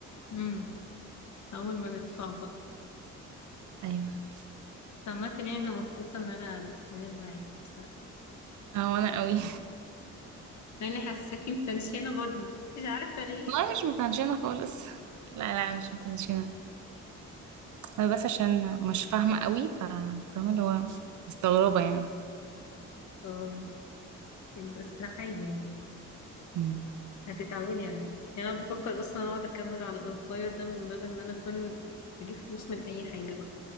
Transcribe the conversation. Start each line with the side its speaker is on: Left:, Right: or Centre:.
Left: امم اول ما نطلع بقى
Right: ايوه
Left: سمعت ان انا مبسوطه ان انا اتكلم معاكي بصراحه
Right: اه وانا قوي
Left: لاني حاساكي متنشنه برضه مش عارفه ليه
Right: والله مش متنشنه خالص لا لا مش متنشنه انا بس عشان مش فاهمه قوي ف فاهمه اللي هو مستغربه يعني
Left: اه بس ده عادي يعني
Right: مم.
Left: هتتعودي عليه يعني انا بفكر اصلا اقعد اكمل على الاوتلاير ده من باب ان انا اكون بجيب فلوس من اي حاجه بقى